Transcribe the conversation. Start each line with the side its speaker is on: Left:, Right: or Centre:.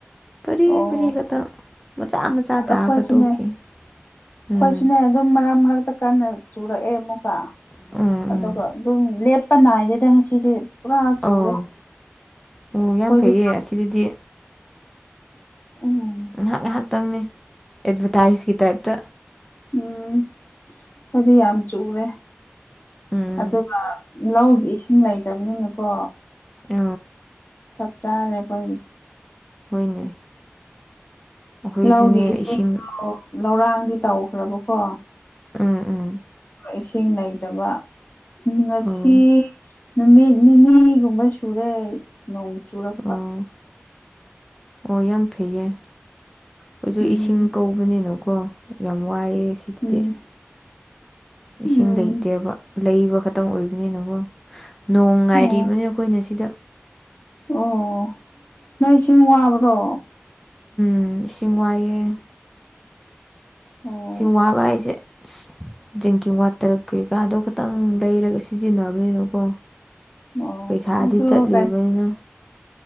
Centre: ꯐꯔꯤ
Left: ꯑꯣ
Centre: ꯐꯔꯤ ꯈꯛꯇꯪ ꯃꯆꯥ ꯃꯆꯥ
Left: ꯑꯩꯈꯣꯏꯁꯨꯅꯦ
Centre: ꯇꯥꯔꯒ ꯇꯣꯛꯈꯤ
Left: ꯑꯩꯈꯣꯏꯁꯨꯅꯦ
Centre: ꯎꯝ
Left: ꯑꯗꯨꯝ ꯃꯔꯛ ꯃꯔꯛꯇ ꯀꯟꯅ ꯆꯨꯔꯛꯑꯦ ꯑꯃꯨꯛꯀ
Centre: ꯎꯝ ꯎꯝ
Left: ꯑꯗꯨꯒ ꯑꯗꯨꯝ ꯄꯅꯥꯏꯗꯦꯗ ꯉꯁꯤꯗꯤ ꯄꯨꯔꯥ
Centre: ꯑꯧ
Left: ꯆꯨꯔꯦ
Centre: ꯑꯣ
Left: ꯑꯩꯈꯣꯏꯗꯤ
Centre: ꯌꯥꯝ ꯐꯩꯌꯦ ꯑꯁꯤꯗꯗꯤ
Left: ꯎꯝ
Centre: ꯉꯥꯏꯍꯥꯛ ꯉꯥꯏꯍꯥꯛꯇꯪꯅꯤ ꯑꯦꯗꯚꯔꯇꯥꯏꯁꯀꯤ ꯇꯥꯏꯞꯇ
Left: ꯎꯝ ꯑꯩꯈꯣꯏꯗꯤ ꯌꯥꯝ ꯆꯨꯔꯦ
Centre: ꯎꯝ
Left: ꯑꯗꯨꯒ ꯂꯧꯒꯤ ꯏꯁꯤꯡ ꯂꯩꯇꯕꯅꯤꯅꯀꯣ
Centre: ꯑ
Left: ꯆꯞ ꯆꯥꯗꯦ ꯀꯣꯏ
Centre: ꯍꯣꯏꯅꯦ ꯑꯩꯈꯣꯏꯁꯨꯅꯦ
Left: ꯂꯧꯒꯤ ꯏꯁꯤꯡꯗꯣ
Centre: ꯏꯁꯤꯡ
Left: ꯂꯧꯔꯥꯡꯗꯤ ꯇꯧꯈ꯭ꯔꯕꯀꯣ
Centre: ꯎꯝ ꯎꯝ
Left: ꯏꯁꯤꯡ ꯂꯩꯇꯕ ꯉꯁꯤ
Centre: ꯑꯣ
Left: ꯅꯨꯃꯤꯠ ꯅꯤꯅꯤꯒꯨꯝꯕ ꯁꯨꯔꯦ ꯅꯣꯡ ꯆꯨꯔꯛꯄ
Centre: ꯑꯣ ꯑꯣ ꯌꯥꯝ ꯐꯩꯌꯦ ꯍꯧꯏꯁꯨ
Left: ꯎꯝ
Centre: ꯏꯁꯤꯡ ꯀꯧꯕꯅꯤꯅꯀꯣ ꯌꯥꯝ ꯋꯥꯏꯑꯦꯁꯤꯡ
Left: ꯎꯝ
Centre: ꯏꯦ <inaudible>
Left: ꯎꯝ
Centre: ꯏꯁꯤꯡ ꯂꯩꯇꯦꯕ ꯂꯩꯕ ꯈꯛꯇꯪ ꯑꯣꯏꯕꯅꯤꯅꯀꯣ ꯅꯣꯡ ꯉꯥꯏꯔꯤꯕꯅꯤ
Left: ꯑꯣ
Centre: ꯑꯩꯈꯣꯏꯅ ꯁꯤꯗ
Left: ꯑꯣ ꯅꯣꯏ ꯏꯁꯤꯡ ꯋꯥꯕ꯭ꯔꯣ
Centre: ꯎꯝ ꯏꯁꯤꯡ ꯋꯥꯏꯑꯦ
Left: ꯑꯣ
Centre: ꯁꯤꯡ ꯋꯥꯕ ꯍꯥꯏꯁꯦ ꯑꯁ ꯗ꯭ꯔꯤꯡꯀꯤꯡ ꯋꯥꯇꯔ ꯀꯩꯀꯥꯗꯣ ꯇꯪ ꯂꯩꯔꯒ ꯁꯤꯖꯤꯟꯅꯕꯃꯤꯅꯀꯣ
Left: ꯑꯣ
Centre: ꯄꯩꯁꯥꯗꯤ
Left: ꯑꯗꯣ
Centre: ꯆꯠꯂꯤꯕꯅꯤꯅ